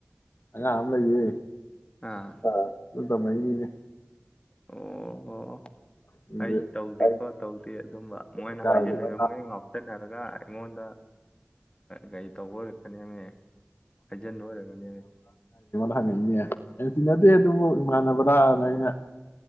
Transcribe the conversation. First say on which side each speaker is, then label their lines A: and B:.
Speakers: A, on the left; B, on the left.
A: ꯑꯉꯥꯡ ꯑꯝ ꯂꯩꯌꯦ
B: ꯑꯥ
A: ꯑ ꯑꯗꯨꯗ ꯃꯥꯏꯒꯤꯅꯦ
B: ꯑꯣ ꯍꯣ
A: ꯑꯗꯨꯗꯤ
B: ꯑꯩ ꯇꯧꯗꯦꯀꯣ
A: ꯑꯩ
B: ꯇꯧꯗꯦ ꯑꯗꯨꯝꯕ ꯃꯣꯏꯅ
A: ꯂꯩꯀꯥꯏꯗ
B: ꯍꯥꯏꯖꯤꯂꯕ
A: ꯄꯪꯇꯥ
B: ꯃꯣꯏꯅ ꯉꯥꯎꯁꯟꯅꯔꯒ ꯑꯩꯉꯣꯟꯗ ꯒꯥꯔꯤ ꯇꯧꯕ ꯑꯣꯏꯔꯛꯀꯅꯦꯃꯦ ꯍꯩꯖꯤꯟꯕ ꯑꯣꯏꯔꯛꯀꯅꯦꯃꯤ
A: ꯐꯪꯉꯛꯏꯅꯦ ꯑꯩꯅ ꯇꯤꯟꯅꯗꯦ ꯑꯗꯨꯕꯨ ꯏꯃꯥꯟꯅꯕ꯭ꯔꯥꯅ ꯑꯩꯅ